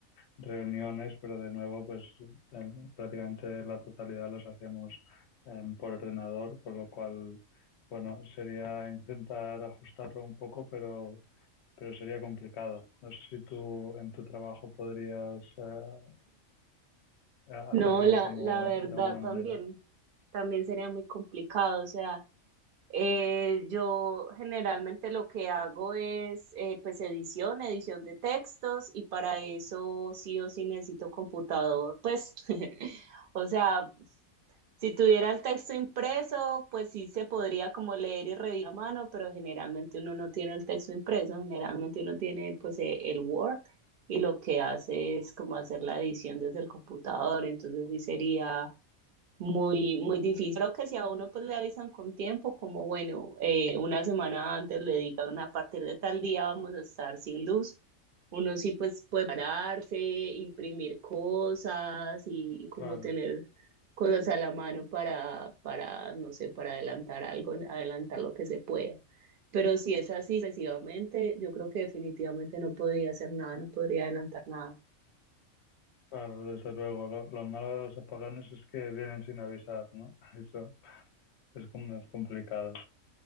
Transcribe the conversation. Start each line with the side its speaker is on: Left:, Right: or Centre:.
Left: reuniones, pero de nuevo, pues eh, prácticamente la totalidad los hacemos eh, por ordenador, con lo cual, bueno, sería intentar ajustarlo un poco, pero, pero sería complicado. No sé si tú en tu trabajo podrías eh, hacerlo
Right: No, la,
Left: como
Right: la verdad
Left: de alguna
Right: también,
Left: manera.
Right: también sería muy complicado. O sea, eh, yo generalmente lo que hago es eh, pues edición, edición de textos y para eso sí o sí necesito computador. Pues, <laughs> o sea, Si tuviera el texto impreso, pues sí se podría como leer y revisar a mano, pero generalmente uno no tiene el texto impreso, generalmente uno tiene pues eh, el Word y lo que hace es como hacer la edición desde el computador, entonces sí sería muy, muy difícil. Creo que si a uno pues le avisan con tiempo, como bueno, eh, una semana antes le digan a partir de tal día vamos a estar sin luz, uno sí pues puede pararse, imprimir cosas y, y como
Left: Claro,
Right: tener cosas a la mano para, para, no sé, para adelantar algo, adelantar lo que se pueda. Pero si es así excesivamente, yo creo que definitivamente no podría hacer nada, no podría adelantar nada.
Left: claro, desde luego. Lo, lo malo de los apagones es que vienen sin avisar, ¿no? <laughs> Eso es como más complicado.